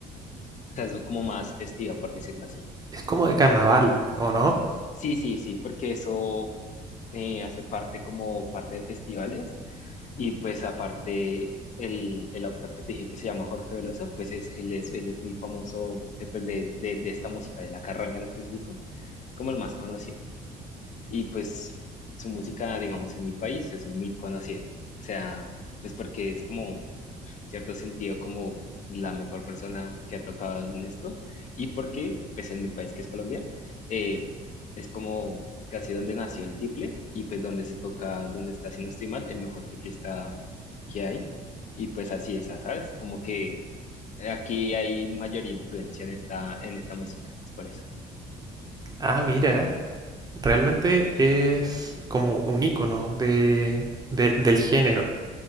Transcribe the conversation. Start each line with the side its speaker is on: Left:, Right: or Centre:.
Left: O sea, es como más festiva, por decirlo así.
Right: Es como de carnaval, ¿o no?
Left: Sí, sí, sí, porque eso eh, hace parte como parte de festivales y pues aparte el, el autor que te dije que se llama Jorge Velosa, pues es, él, es, él es muy famoso eh, pues, de, de, de esta música, de la carranga en específico. Es como el más conocido. Y pues su música, digamos, en mi país es muy conocida. O sea, pues porque es como, cierto sentido, como la mejor persona que ha tocado en esto. Y porque, pues en mi país, que es Colombia, eh, es como casi donde nació el tiple y pues donde se toca, donde está, si no estoy mal, el mejor tiplista que hay. Y pues así es, ¿sabes? Como que aquí hay mayoría influencia en esta, en esta música, es por eso.
Right: Ah, mira, realmente es como un icono de, de- del género